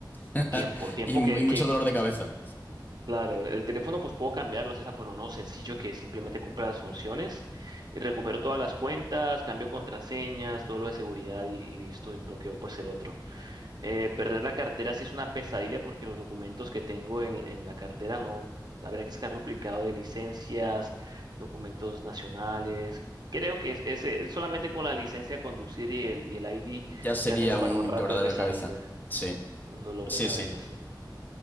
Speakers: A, on the left (about 20°); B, on the right (about 60°).
A: <laughs>
B: tiempo, tiempo
A: y, y
B: que, que
A: mucho dolor de cabeza.
B: claro, el, el teléfono pues puedo cambiarlo, así sea por uno sencillo que simplemente cumpla las funciones, y recupero todas las cuentas, cambio contraseñas, todo lo de seguridad y, y listo, y bloqueo pues el otro. Eh, perder la cartera sí es una pesadilla porque los documentos que tengo en, en la cartera no. Habría que sacar duplicado de licencias, documentos nacionales. Creo que es, ese- solamente con la licencia de conducir y el, y el ID
A: Ya sería
B: ya tengo para
A: un
B: un rato
A: quebradero
B: de pesadilla.
A: de cabeza. Sí,
B: Un dolor
A: sí,
B: de cabeza,
A: sí.
B: sí.